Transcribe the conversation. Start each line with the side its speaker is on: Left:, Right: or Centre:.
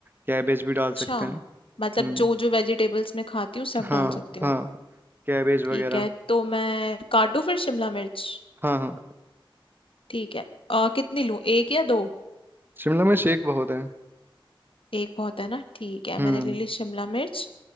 Right: कैबेज भी डाल
Left: अच्छा
Right: सकते हैं
Left: मतलब
Right: हम्म
Left: जो जो वेजिटेबल्स मैं खाती हूँ सब
Right: हाँ
Left: डाल सकती हूँ
Right: हाँ कैबेज वगैरह
Left: ठीक है तो मैं काटूँ फिर शिमला मिर्च
Right: हाँ हाँ
Left: ठीक है अ, कितनी लूँ एक या दो
Right: शिमला मिर्च एक बहुत है
Left: एक बहुत है ना ठीक है
Right: हम्म
Left: मैंने ले ली शिमला मिर्च